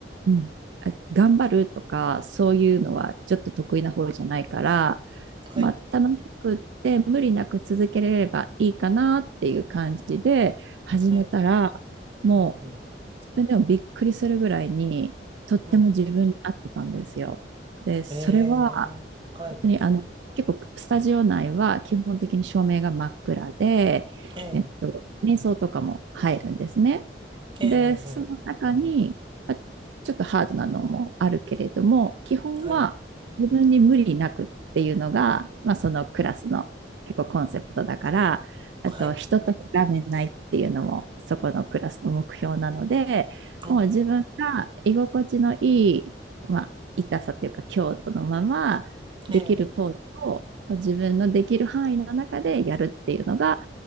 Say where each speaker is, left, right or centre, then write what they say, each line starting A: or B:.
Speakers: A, on the right; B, on the right.
A: うん、頑張るとかそういうのはちょっと得意な方じゃないから、
B: ーはい。
A: まあ、楽しくって無理なく続けれればいいかなっていう感じで始めたら、
B: え
A: もう
B: ー、うん
A: 自分でもびっくりするぐらいにとっても自分に合ってたんですよ。
B: うん。
A: で、それは
B: ええ、はい。
A: 当にあの結構スタジオ内は基本的に照明が真っ暗で、
B: ええ、
A: えっと、瞑想とかも入るんですね。
B: ええ、
A: で、その中に、
B: ええ、
A: あちょっとハードなのもあるけれども、基本は自分に無理なくっていうのが、
B: はい、
A: まあ、そのクラスの結構コンセプトだから、あと人と比べないっていうのもそこのクラスの目標なので、
B: はい。あー
A: もう自分が居心地のいい、まあ、痛さというか強度のまま、できるポーズを自分のできる範囲の中でやるっていうのが、
B: ええ、